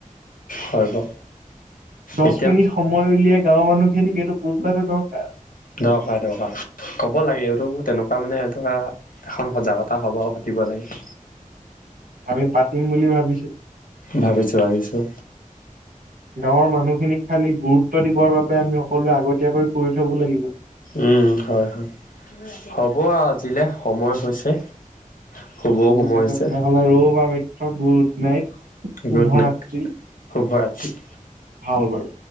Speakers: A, on the left (about 75°); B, on the right (about 85°).
A: হয় বাৰু
B: দছ
A: এতিয়া
B: মিনিট সময় উলিয়াই গাঁৱৰ মানুহখিনিক এইটো বুজোৱাটো দৰকাৰ।
A: দৰকাৰ দৰকাৰ, ক'ব লাগে, এইটো তেনেকুৱা মানে এটা এখন সজাগতা সভাও পাতিব লাগে।
B: আমি পাতিম বুলি ভাবিছোঁ।
A: ভাবিছোঁ, ভাবিছোঁ।
B: গাঁৱৰ মানুহখিনিক খালি গুৰুত্ব দিবৰ বাবে আমি সকলোৱে আগতীয়াকৈ কৰি থ'ব লাগিব।
A: উম, হয় হয়, হ'ব আৰু আজিলৈ সময় হৈছে। শুবও
B: ঠিক
A: সময়
B: আছে
A: হৈছে
B: তেনেহ'লে, ৰ'বা মিত্ৰ, গুড নাইট শুভৰাত্ৰি
A: গুড নাইট, শুভৰাত্ৰি।
B: ভাল হ'ল বাৰু।